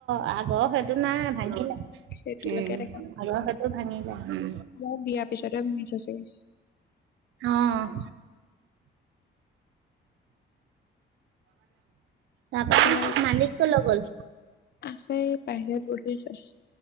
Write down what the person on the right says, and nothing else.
আগৰ সেইটো নাই ভাঙিলে।
উম,
আগৰ সেইটো ভাঙিলে উম।
অঁ। তাৰ পা
মালিক কলৈ গ'ল?